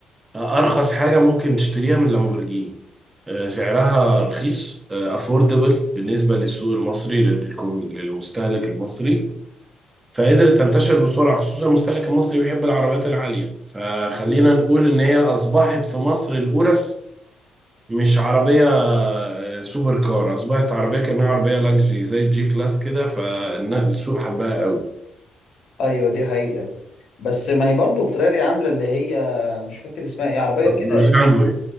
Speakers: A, on the right; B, on the left.
A: ارخص حاجه ممكن تشتريها من لامبورجيني آه، سعرها رخيص افوردبل بالنسبه للسوق المصري للكم- للمستهلك المصري فقدرت تنتشر بسرعه خصوصا المستهلك المصري بيحب العربيات العاليه فخلينا نقول ان هي اصبحت في مصر الاورس مش عربيه آه، سوبر كار اصبحت عربيه كانها عربيه لاكجري زي الجي كلاس كده فالسوق حبها قوي
B: ايوه دي حقيقة بس ما هي برضو فراري عاملة اللي هي مش فاكر اسمها ايه عربية كده
A: بروسانجو
B: اس